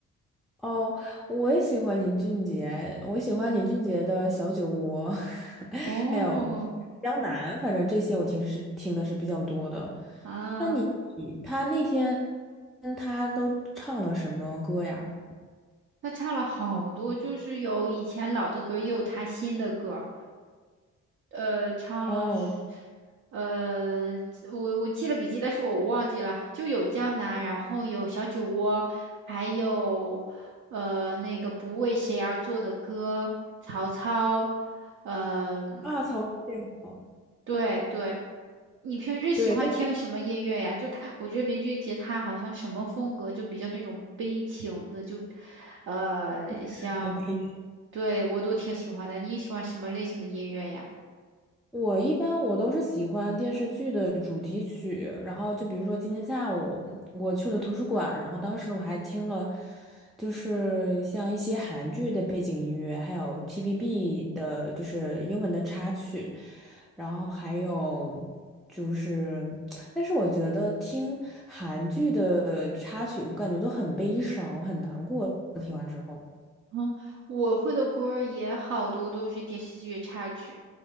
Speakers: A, in the centre; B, on the right (about 70°).
A: 哦，我也喜欢林俊杰，我喜欢林俊杰的《小酒窝》，<laughs>
B: 哦，
A: 还有《江南》，反正这些我听是听的是比较多的。
B: 啊，
A: 那你他那天他都唱了什么歌呀？
B: 他唱了好多，就是有以前老的歌，也有他新的歌。呃，唱了是
A: 哦，
B: 呃，我我记了笔记，但是我忘记了，就有江南，然后有小酒窝，还有呃那个不为谁而作的歌，曹操，呃，
A: 啊，曹志好，
B: 对对，你平时喜欢听什么音乐呀？
A: 对，这
B: 就他，我觉得林俊杰他好像什么风格就比较那种悲情的，就呃像，
A: <laughs> 比
B: 对我都挺喜欢的。你喜欢什么类型的音乐呀？
A: 我一般我都是喜欢电视剧的主题曲，然后就比如说今天下午我去了图书馆，然后当时我还听了，就是像一些韩剧的背景音乐，还有 TVB 的，就是英文的插曲，然后还有就是，但是我觉得听韩剧的插曲，我感觉都很悲伤，我很难过，听完之后。
B: 嗯，我会的歌儿也好多都是电视剧的插曲，